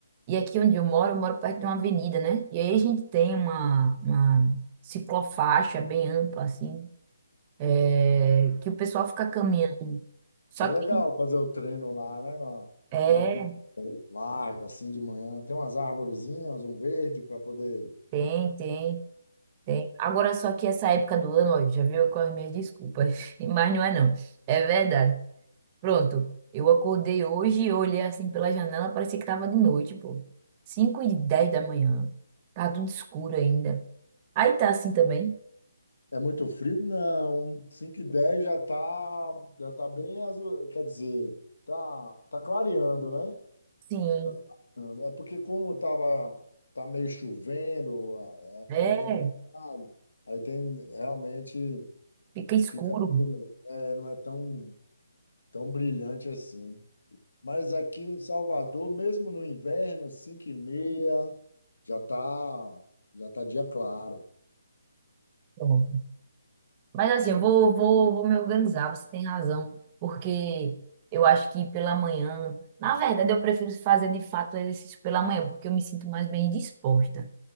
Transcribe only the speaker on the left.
Que é legal
fazer o treino lá, né? Numa,
numa pista larga, assim, de manhã. Tem umas arvorezinhas, um verde para poder.
É muito frio? Não. 5 e 10 já tá, já tá bem azul. Quer dizer, tá, tá clareando, né?
Tá clareando. É porque como tava, tá meio chovendo, ah, ah,
tá meio nublado, aí tem realmente
fica, é, não é tão, tão brilhante assim. Mas aqui em Salvador, mesmo no inverno, 5 e meia, já tá, já tá dia claro.